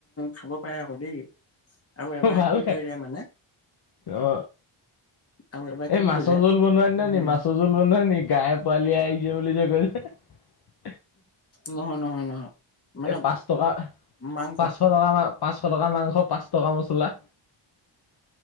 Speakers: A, on the left (about 30°); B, on the left (about 50°).
A: খাব পাৰে আকৌ দেই আৰু এবাৰ
B: ভাল
A: কি
B: খাই
A: কৰিলে মানে
B: অ
A: আৰু এবাৰ কি
B: এই মাছৰ
A: কৰিলে
B: জোল বনোৱা দিনা
A: হেৰি
B: নি মাছৰ জোল বনোৱাই নেকি গাই পালি আহিছে বুলি বুলি যে কৈছে
A: নহয় নহয় নহয় মানে
B: এ পাঁচ টকা
A: মাংস
B: পাঁচশ টকা মান পাঁচশ টকা মাংস পাঁচশ টকা মছলা